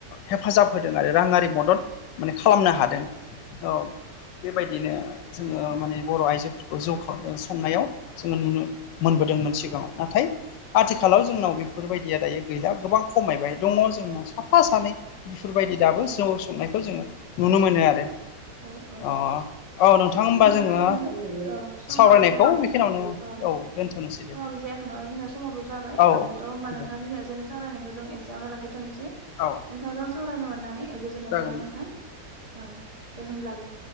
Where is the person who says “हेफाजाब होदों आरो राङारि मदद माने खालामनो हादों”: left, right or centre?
Left